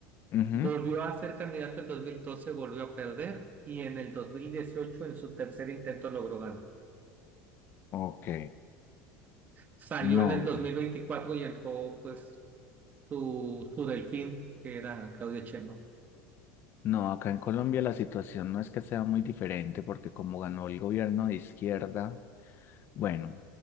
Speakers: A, on the left; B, on the right.
A: Ujú,
B: Volvió a ser candidato en dos mil doce volvió a perder y en el 2018 en su tercer intento logró ganar.
A: Ok.
B: Salió
A: No,
B: en el 2024 y entró pues su, su delfín, que era Claudia Sheinbaum.
A: no, acá en Colombia la situación no es que sea muy diferente porque como ganó el gobierno de izquierda, bueno,